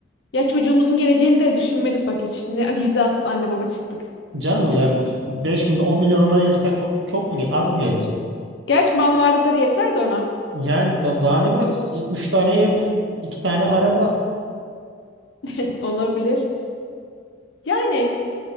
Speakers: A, on the left; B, on the right.
A: Ya çocuğumuzun geleceğini de düşünmedik bak hiç. Ne <laughs> vicdansız anne baba çıktık.
B: Canım yani 5 milyon, 10 milyon ona ayırsak çok çok mu gel- az mı gelir?
A: Gerçi mal varlıkları yeter de ona.
B: Yani tab- daha ne bırakacağız? 3 tane ev, 2 tane araba.
A: <laughs> Olabilir. Yani